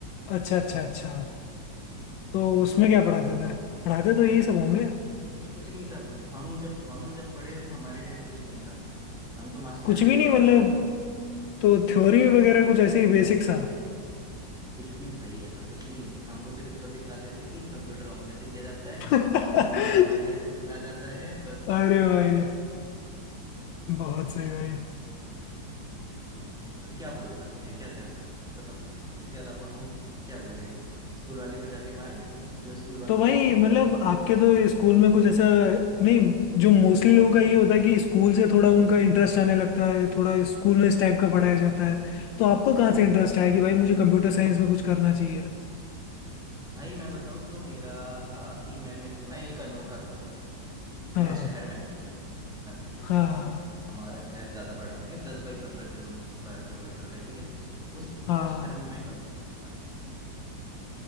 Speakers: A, on the left; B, in the centre.
A: अच्छा अच्छा अच्छा तो उसमें क्या पढ़ाते थे पढ़ाते तो यही सब होंगे
B: आ, उसमें उसमें कुछ नहीं था हम जब हम जब पढ़े हमारे टाइम कुछ नहीं था हम तो मास्टर्स
A: कुछ भी
B: हो
A: नहीं
B: चुका
A: मतलब
B: है हमारा भी।
A: तो थ्योरी वगैरह कुछ ऐसे ही बेसिक सा
B: कुछ भी भाई ऐसा कुछ नहीं हमको सिर्फ इतना सिखाते थे कि कंप्यूटर ऑन कैसे किया जाता
A: <laughs>
B: है
A: अरे
B: इसमें नोटपैड कैसे खोला जाता है बस बात
A: भाई
B: खत्म
A: बहुत सही भाई
B: तो क्या बोल सकते हैं क्या कर सकते हैं बताओ इसके अलावा हम क्या बोले स्कूल वाले को जाके मारे जो स्कूल बंद
A: तो भाई
B: हो चुका है
A: मतलब आपके तो स्कूल में कुछ ऐसा नहीं जो मोस्टली लोगों का ये होता है कि स्कूल से थोड़ा उनका इंटरेस्ट आने लगता है थोड़ा स्कूल में इस टाइप का पढ़ाया जाता है तो आपको कहाँ से इंटरेस्ट आया कि भाई मुझे कंप्यूटर साइंस में कुछ करना चाहिए
B: भाई मैं बताऊं तो मेरा था कि मैं मैं, मैं एक अनोखा था
A: हाँ
B: मेरे शहर में एक्चुअली मैं
A: हाँ
B: हमारा शहर ज्यादा बड़ा नहीं है दस बाई पंद्रह किलो स्क्वायर किलोमीटर का है ठीक है उस
A: हाँ
B: पूरे
A: हाँ।
B: शहर में मैं एक अनोखा इंसान